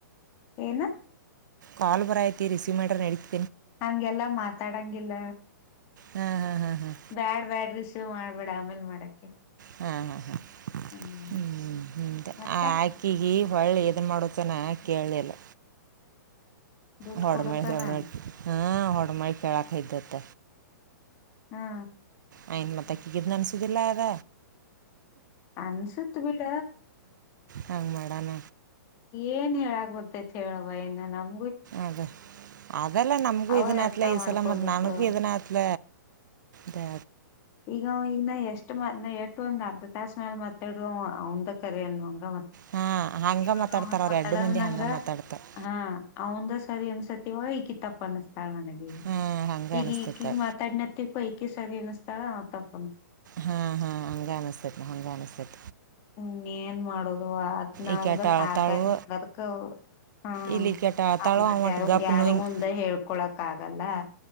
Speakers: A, on the left; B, on the right.
A: ಏನು
B: ಕಲ್ ಬರೋಯ್ತೆ ರಿಸೀವ್ಮಾಡ್ರಿ ನಡಿ <unintelligible>
A: ಹಂಗೆಲ್ಲಾ ಮಾತಾಡಂಗಿಲ್ಲ
B: ಹಾಂ ಹಾಂ
A: ಬ್ಯಾಡ್ ಬ್ಯಾಡ್ ರಿಸೀವ್ ಮಾಡ್ಬೇಡ ಆಮೇಲ್ ಮಾಡಕೆ
B: ಹ ಹ ಹಾ.
A: ಹ್ಮ್
B: ಹ್ಮ್ ಹ
A: ಮತ್ತ
B: ಆಕಿಗಿ ಒಳ್ ದುನ್ ಮಾಡೋಚನ ಕೇಳ್ಲಿಲ್ಲ.
A: ದುಡ್ಡು
B: ಹೊಡ್ಮೇಲ್
A: ಕೊಡುತನ
B: ಜಾಗ್ಳ ಹ. ಹಾ ಹೊಡ್ಮಳ್ ಕೆಳಕ್ ಐದ್ದತ್ತ.
A: ಹಾ
B: ಅಯನ್ ಮತ್ತಕಿ ಕಿದ್ನ್ ಅನ್ಸುದಿಲ್ಲ ಅದ.
A: ಅನ್ಸುತ್ ಬಿಡ.
B: ಹಂಗ್ ಮಾಡಾನ.
A: ಏನ್ ಹೇಳಾಗ್ ಬರ್ತೈತಿ ಹೇಳವ್ವ ಇನ್ನ ನಮ್
B: ಅದೇ ಅದಲ್ಲ ನಮ್ಗೂ
A: ಅವ್ರ
B: ಇದನತ್ಲ
A: ಅರ್ಥ
B: ಇ
A: ಮಾಡ್ಕೋಬೇಕು
B: ಸಲ ಮತ್ ನನ್ಗೂ ಇದ ನತ್ಲ. ತ್ಯ
A: ಈಗ ಈಗ್ನ ಎಷ್ಟ್ ಎಷ್ಟ ಮ ಎಟು ಒಂದ್ ಅರ್ಧ ತಾಸ್ ಮೇಲ್ ಮತ್ತೆ ಡ್ರೋ ಅವ್ನ್ದೆ ಕರೆ ಅನ್ನು ಹಂಗ
B: ಹಾಂ ಹಂಗೆ
A: ಇವಾಗ
B: ಮಾತಾಡ್ತಾರೆ
A: ಅವ್
B: ಅವ್ರು
A: ಮಾತಾಡಿದ
B: ಎರಡು ಮಂದಿ ಹಂಗೆ ಮಾತಾಡ್ತಾರೆ
A: ಹ ಅವ್ನ್ದ ಸರಿ ಅನ್ಸತದ್ ಇಕಿ ಟಪ್ ಅನ್ಸ್ ಟಾಳ್ ನನ್ಗೀಗ
B: ಹಾಂ ಹಂಗೆ
A: ಇಗ್
B: ಅನಿಸ್ತೈತೆ
A: ಇಕಿಗ್ ಮಾತಾಡ್ನತಿದ್ ಪಯ್ಕೀಸ್ ಸರಿ ಅನುಸ್ ಚಳ ವಾತಬ್
B: ಹಾ ಹಾ ಹಂಗ್ ಅನುಸ್ತೈತ್ ಹಂಗ ಅನುಸ್ತೈತ್.
A: ಇನ್ನ್ ಏನ್ ಮಾಡೋದ್ ಅದ್ ನಮಗ
B: ಈಕೆಟ
A: ಸಾಕಾಯತ್
B: ಅಳ್ತಾಳು
A: ನಂಗದಕ ಹ್ಮ
B: ಇಲ್ಲಿ ಈಕೆಟ ಅಳ್ತಾಳು
A: ಅವಗಟ್ಟ
B: ಅವ ಒಟ್ಟು
A: ಯಾರ್
B: ಗಪ್
A: ಯಾರ್
B: ನುಂಗ್
A: ಮುಂದ್ ಹೇಳ್ಕೊಳಕ್ ಆಗಲ್ಲ.